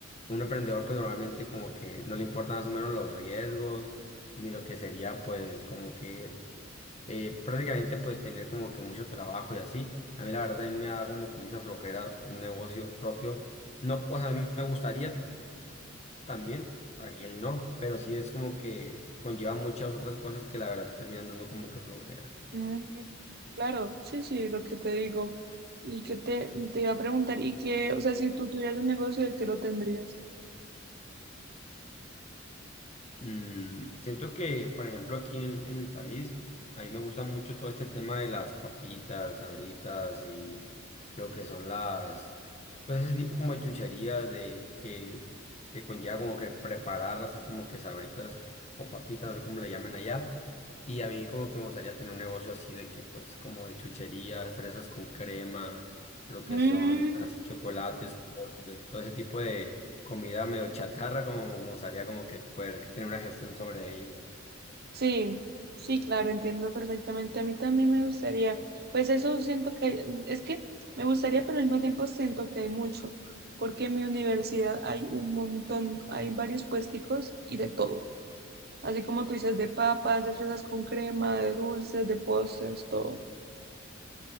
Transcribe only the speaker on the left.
un emprendedor pues normalmente como que no le importan más o menos los riesgos ni lo que sería pues como que eh, prácticamente pues tener como que mucho trabajo y así. A mí la verdad también me da como que mucha flojera un negocio propio. No, o sea, a mí me gustaría también, aquí él no, pero sí es como que conlleva muchas otras cosas que la verdad sí terminan dando como que flojera.
Mm, siento que, por ejemplo, aquí en, en mi país, a mí me gusta mucho todo este tema de las papitas, sabritas y lo que son las, pues ese tipo como de chucherías de, que, que conlleva como que preparar así como que sabritas o papitas, no sé cómo le llamen allá. Y a mí como que me gustaría tener un negocio así de que pues como de chucherías, fresas con crema, lo que
son así chocolates, postres, todo ese tipo comida medio chatarra, como me gustaría como que poder tener una gestión sobre ello.